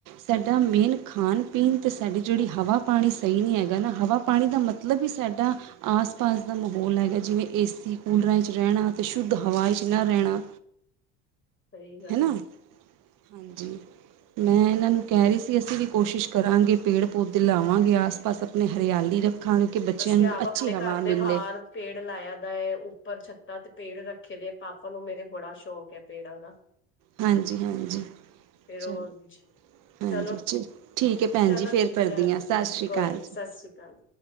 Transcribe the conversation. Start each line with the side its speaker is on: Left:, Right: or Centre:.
Right: ਸਾਡਾ ਮੇਨ ਖਾਣ-ਪੀਣ ਤੇ ਸਾਡੀ ਜਿਹੜੀ ਹਵਾ ਪਾਣੀ ਸਈ ਨੀ ਹੈਗਾ ਨਾ ਹਵਾ ਪਾਣੀ ਦਾ ਮਤਲਬ ਈ ਸਾਡਾ ਆਸ ਪਾਸ ਦਾ ਮਾਹੌਲ ਹੈਗਾ ਜਿਵੇਂ ਏ ਸੀ ਕੂਲਰਾਂ 'ਚ ਰਹਿਣਾ ਅਤੇ ਸ਼ੁੱਧ ਹਵਾ 'ਚ ਨਾ ਰਹਿਣਾ
Left: ਸਹੀ ਗੱਲ
Right: ਹੈਨਾ,
Left: ਹੈ
Right: ਹਾਂਜੀ ਮੈਂ ਇਹਨਾਂ ਨੂੰ ਕਹਿ ਰੀ ਸੀ ਅਸੀਂ ਵੀ ਕੋਸ਼ਿਸ਼ ਕਰਾਂਗੇ ਪੇੜ ਪੌਦੇ ਲਾਵਾਂਗੇ ਆਸ ਪਾਸ ਆਪਣੇ ਹਰਿਆਲੀ ਰੱਖਾਂਗੇ ਕਿ ਬੱਚਿਆਂ
Left: ਅਸੀਂ
Right: ਨੂੰ
Left: ਆਪ
Right: ਅੱਛੀ
Left: ਆਪਣੇ
Right: ਹਵਾ
Left: ਘਰ ਦੇ
Right: ਮਿਲੇ
Left: ਬਾਹਰ ਪੇੜ ਲਾਇਆ ਦਾ ਏ, ਉੱਪਰ ਛੱਤਾਂ ਤੇ ਪੇੜ ਰੱਖੇ ਦੇ, ਪਾਪਾ ਨੂੰ ਮੇਰੇ ਬੜਾ ਸ਼ੌਕ ਹੈ ਪੇੜਾਂ ਦਾ।
Right: ਹਾਂਜੀ, ਹਾਂਜੀ।
Left: ਤੇ
Right: ਚਲੋ
Left: ਰੋਜ
Right: ਹਾਂਜੀ
Left: ਚਲੋ,
Right: ਚ ਠੀਕ ਹੈ ਭੈਣ
Left: ਚਲੋ
Right: ਜੀ ਫੇਰ
Left: ਠੀਕ
Right: ਕਰਦੀ
Left: ਐ ਹਾਂਜੀ
Right: ਹਾਂ ਸਤਿ ਸ਼੍ਰੀ
Left: ਕੋਈ
Right: ਅਕਾਲ ਜੀ
Left: ਨੀ 'ਸਤਿ ਸ੍ਰੀ ਅਕਾਲ'।